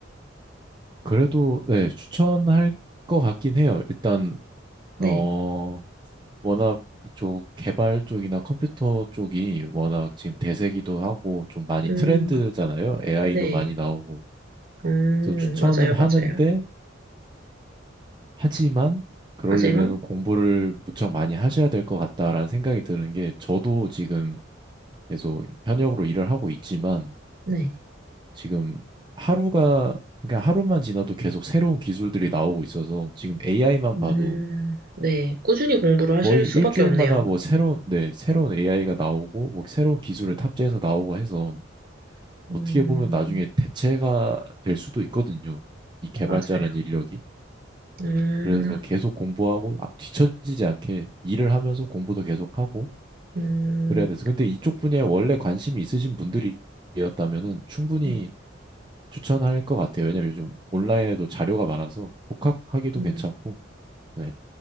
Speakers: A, on the right (about 25°); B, on the right (about 50°).
A: 그래도 네 추천할 것 같긴 해요. 일단
B: 네.
A: 어 워낙 이쪽 개발 쪽이나 컴퓨터 쪽이 워낙 지금 대세기도 하고 좀 많이
B: 음,
A: 트렌드잖아요. AI도
B: 네.
A: 많이 나오고.
B: 음,
A: 그래서 추천은
B: 맞아요,
A: 하는데
B: 맞아요.
A: 하지만 그러려면
B: 하지만,
A: 공부를 무척 많이 하셔야 될 것 같다라는 생각이 드는 게 저도 지금 계속 현역으로 일을 하고 있지만
B: 네.
A: 지금 하루가 그냥 하루만 지나도 계속 새로운 기술들이 나오고 있어서 지금 AI만
B: 음,
A: 봐도
B: 네. 꾸준히 공부를 하실
A: 거의
B: 수밖에
A: 일주일마다
B: 없네요.
A: 뭐 새로운, 네, 새로운 AI가 나오고, 뭐 새로운 기술을 탑재해서 나오고 해서 어떻게
B: 음,
A: 보면 나중에 대체가 될 수도 있거든요. 이 개발자라는
B: 맞아요.
A: 인력이.
B: 음,
A: 그래서 계속 공부하고 아, 뒤처지지 않게 일을 하면서 공부도 계속 하고
B: 음,
A: 그래야 돼서. 근데 이쪽 분야에 원래 관심이 있으신 분들이었다면은 충분히
B: 음,
A: 추천할 것 같아요. 왜냐면 요즘 온라인에도 자료가 많아서 독학하기도
B: 음,
A: 괜찮고. 네.